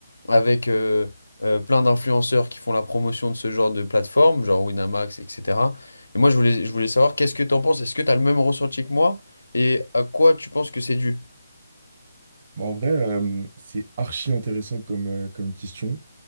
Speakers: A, on the left (about 75°); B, on the right (about 40°).
A: avec euh, euh, plein d'influenceurs qui font la promotion de ce genre de plateforme, genre Winamax, etc. Et moi, je voulais, je voulais savoir, qu'est-ce que tu en penses? Est-ce que tu as le même ressenti que moi? Et à quoi tu penses que c'est dû?
B: Bah, en vrai, euh, c'est archi intéressant comme, euh, comme question.